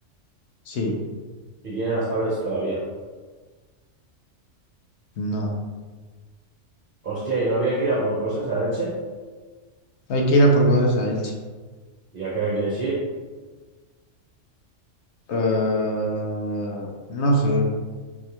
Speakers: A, on the left; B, on the right.
A: Sí,
B: Y tienen las tablets todavía.
A: no.
B: Hostia, ¿y no había que ir a por cosas a Elche?
A: Hay que ir a por cosas a Elche.
B: ¿Y a qué hora quieres ir?
A: Ah, no sé.